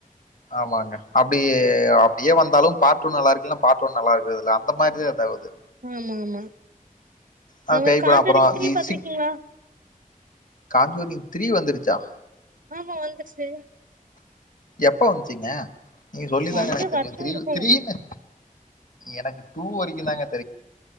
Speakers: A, on the left; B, on the right.
A: ஆமாங்க அப்டி அப்டியே வந்தாலும் பார்ட் டூ நல்லா இருக்கு இல்லனா பார்ட் ஒன் நல்லா இருக்குறதுல்ல அந்த மாதிரிதாத வருது
B: ஆமா ஆமா
A: அ
B: அத மாரி
A: பேய்
B: காஞ்சுரிங்
A: படம் அப்புறம்
B: த்ரி
A: தி
B: பாத்துருக்கீங்களா?
A: சிக் காஞ்சூரிங் திரி வந்துருச்சா?
B: ஆமா வந்துருச்சே
A: எப்ப வந்துச்சுங்க நீங்க சொல்லி தாங்க
B: வந்து
A: எனக் தெரியு
B: வருஷோ
A: த்ரியு
B: இருக்கு
A: த்ரினூ எனக்கு டூ வரைக்குந்தாங்க